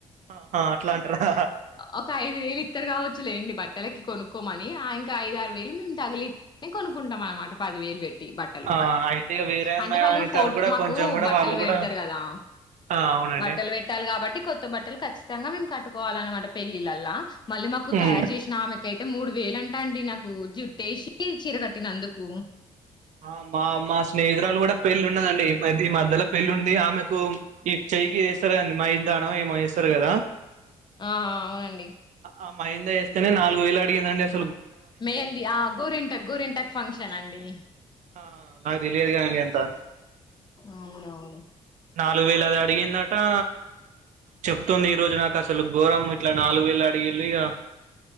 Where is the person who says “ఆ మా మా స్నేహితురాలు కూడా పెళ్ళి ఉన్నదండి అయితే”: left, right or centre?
Right